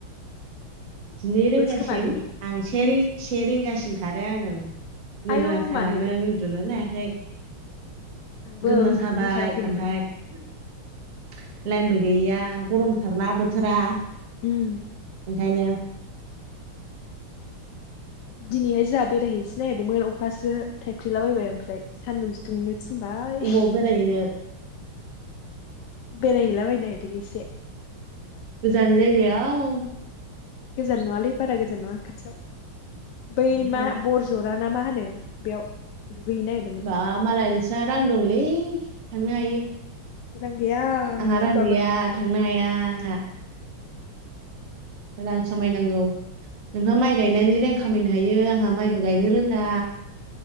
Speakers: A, on the right; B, on the left.
A: जिनै रिंगासिम
B: खोमा बिनि
A: आं सेेरिंगासिम सार आङो गुदुना
B: आयौ
A: सानानो
B: मानो
A: उन्दुनो हाखौ द
B: आंबो
A: गुदुना
B: उन्दुनो
A: साबाय
B: ओंखाराखैमोन
A: ओमफ्राय लाइनबो गैयैया गरमथारनाा बोथोरा
B: उम
A: ओखायनो
B: दिनैहाय जोंहा बेरायहैनोसै नागिरदोंमोन अखासो थाइफ्लेलाबायबाय ओमफ्राय सान्दुंसो दुंनो बाय
A: अबाव बेरायहैनो
B: बेरायहैला बायनी नागिरदों इसे
A: गीजान जायन
B: गोजान नुवालै बारा गोजान नङा खाथियाव बै
A: मालाय
B: मा बरजर ग ना मा होनो बेयाव दुगैहैनो नागिरदोंमोन
A: बा मालाय नोंसना रां दंलै थांनो हायो
B: रां गैया
A: आंहा
B: होनबाबो
A: रां गैया थांनो हाया आंहा रां खामायनांगौ नोंहा माइ गायनानै रां खामायनो हायो आंहा माइबो गायनो रोङा